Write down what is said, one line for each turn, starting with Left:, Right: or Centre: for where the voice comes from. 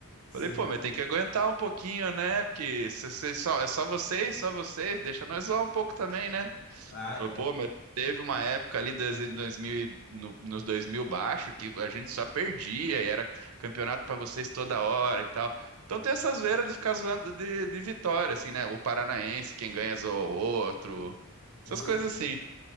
Left: Sim.
Right: Falei, pô, mas tem que aguentar um pouquinho, né? Porque se- se- só é só vocês, só vocês, deixa nós zoar um pouco também, né?
Left: Ah,
Right: Ele falou,
Left: é.
Right: pô, mas teve uma época ali dos 2000 e- no, nos 2000 baixo que a gente só perdia e era campeonato pra vocês toda hora e tal. Então tem essa zoeira de ficar zoando de, de vitória, assim, né? O paranaense, quem ganha zoa o outro.
Left: Com
Right: Essas
Left: certeza.
Right: coisas assim.